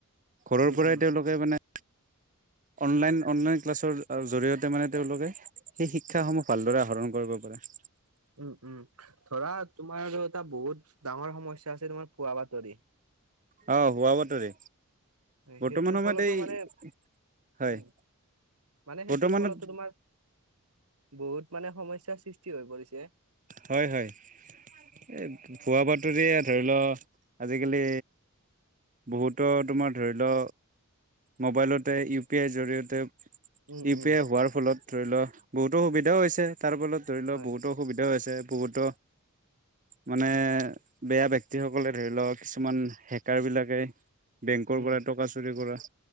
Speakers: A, on the right; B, on the right.
A: ঘৰৰ
B: উম
A: পৰাই তেওঁলোকে মানে অনলাইন-অনলাইন ক্লাছৰ জৰিয়তে মানে তেওঁলোকে সেই শিক্ষাসমূহ ভালদৰে আহৰণ কৰিব পাৰে <unintelligible>
B: উম উম ধৰা তোমাৰ আৰু এটা বহুত ডাঙৰ সমস্যা আছে তোমাৰ ভুৱা বাতৰি
A: অ ভুৱা বাতৰি বৰ্তমান
B: সেইটোৰ
A: সময়ত
B: ফলতো
A: এই
B: মানে
A: হয়।
B: উম মানে সেইটোৰ
A: বৰ্তমানত
B: ফলতো তোমাৰ বহুত মানে সমস্যাৰ সৃষ্টি হৈ পৰিছে
A: হয়-হয় এ ভুৱা বাতৰিয়ে ধৰি ল আজিকালি বহুত তোমাৰ ধৰি ল মোবাইলতে ইউ পি আইৰ জৰিয়তে
B: উম
A: ইউ
B: উম
A: পি আই হোৱাৰ ফলত ধৰি ল বহু-ত সুবিধাও হৈছে তাৰ ফলত ধৰি ল
B: হয়
A: বহু-ত সুবিধা অসুবিধাও হৈছে বহু-ত মানে বেয়া ব্যক্তিসকলে ধৰি লক কিছুমান হেকাৰ বিলাকে বেংকৰ
B: উম
A: পৰা টকা চুৰি কৰা